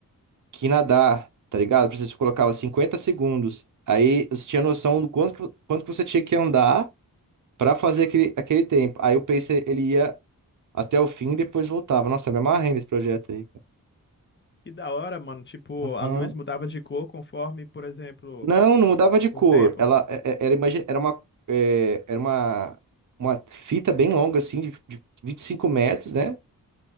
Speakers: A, on the right; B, on the left.
A: que nadar, tá ligado? Por exemplo, Você colocava 50 segundos. Aí você tinha noção do quanto que, quanto que você tinha que andar pra fazer aquele, aquele tempo. Aí o pacer ele ia até o fim e depois voltava. Nossa, eu me amarrei nesse projeto aí.
B: E da hora, mano, tipo,
A: Aham.
B: a luz mudava de cor conforme, por exemplo,
A: Não, não mudava de
B: o
A: cor.
B: tempo.
A: Ela é- é- era, imagina, era uma é, era uma, uma fita bem longa assim de, de 25 metros, né?